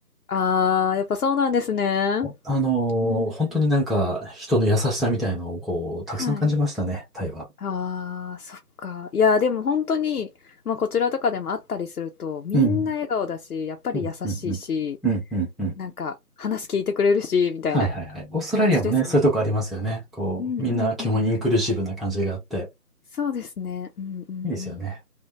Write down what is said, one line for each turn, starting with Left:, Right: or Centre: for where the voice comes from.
Left: ああ、やっぱそうなんですね。
Centre: あのー本当になんか、
Left: うーん。
Centre: 人の優しさみたいのを、こう、たくさん感じましたね、
Left: はい。
Centre: タイは。
Left: ああ、そっか。いや、でも本当に、まあ、こちらとかでもあったりすると、みんな笑顔だし、
Centre: うん。
Left: やっぱり優しいし
Centre: うん、うん、うん。うん、うん、うん。
Left: なんか話聞いてくれるし、みたいな
Centre: はい、はい、はい。オーストラリアもね、
Left: 感じですね。
Centre: そういうとこありますよね。こう、
Left: うんうんうんうん。
Centre: みんな基本インクルーシブな感じがあって、
Left: そうですね。うんうんうん。
Centre: いいですよね。